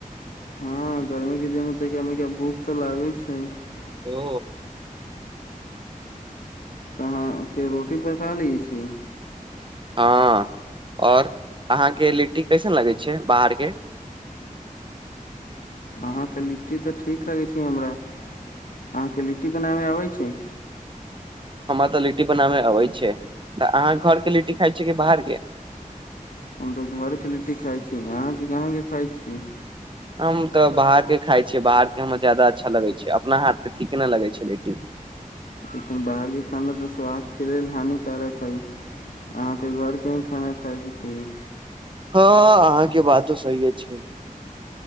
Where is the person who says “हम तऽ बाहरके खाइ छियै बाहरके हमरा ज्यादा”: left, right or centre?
Right